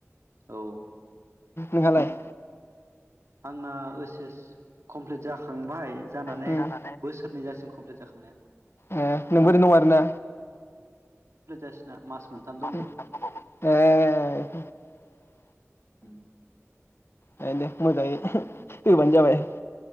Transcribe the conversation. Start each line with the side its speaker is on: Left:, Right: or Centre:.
Right: औ
Left: नोंहालाय
Right: आंना ओस एस कमप्लिट जाखांबाय जानानै
Left: उम
Right: बोसोरनै जासिम कमप्लिट जाखांनाया
Left: ए नोंबो दं आरोना
Right: रोजासिना मास
Left: ओ
Right: मोनथाम दंबावो
Left: अ
Right: होम
Left: आ दे मोजांयै फैबानो जाबाय